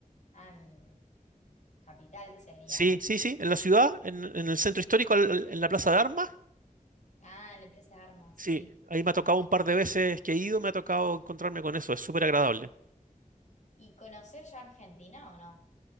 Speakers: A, on the left; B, on the right.
A: ah, en Capital sería.
B: Sí, sí, sí, en la ciudad, en, en el centro histórico, al- al- en la Plaza de Armas.
A: Ah, en la Plaza de Armas,
B: Sí,
A: sí.
B: ahí me ha tocado un par de veces que he ido, me ha tocado encontrarme con eso, es súper agradable.
A: ¿Y conocés ya Argentina o no?